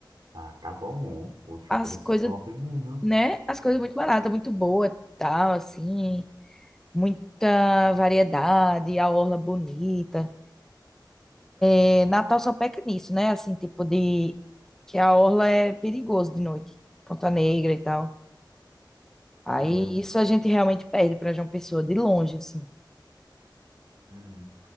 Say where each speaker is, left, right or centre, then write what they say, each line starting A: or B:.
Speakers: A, on the right (about 75°); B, in the centre.
A: ah, tá bom. Poxa,
B: as
A: o preço
B: coisas,
A: top mesmo.
B: né? As coisas muito baratas, muito boa, tal, assim, muita variedade, a orla bonita. É, Natal só peca nisso, né? Assim, tipo de que a orla é perigoso de noite, Ponta Negra e tal. Aí
A: Ah, é. o-
B: isso a gente realmente perde para João Pessoa de longe, assim.
A: Uhum.